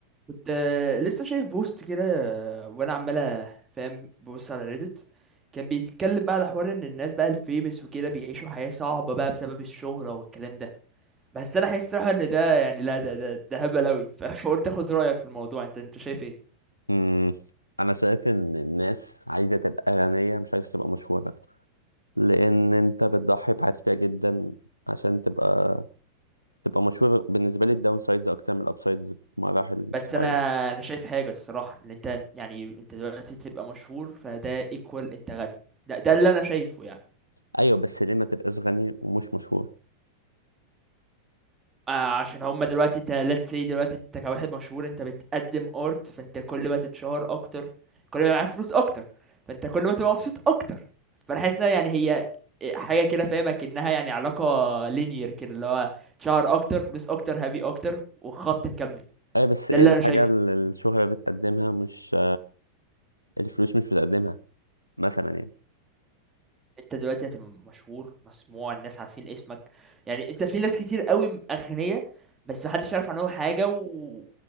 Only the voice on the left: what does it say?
مم. انا شايف ان الناس عايزه تبقى غنيه مش عايزه تبقى مشهوره لان انت بتضحي بحاجات كتير جدا عشان تبقى تبقى مشهور بالنسبه لي الداون سايدز اكتر من الاب سايدز بمراحل
مش طبيعيه
ايوه بس ليه ما تبقاش غني ومش مشهور
ايوه بس
ايه
الحاجه
اللي الشهره بتقدمها مش الفلوس مش بتقدمها مثلا يعني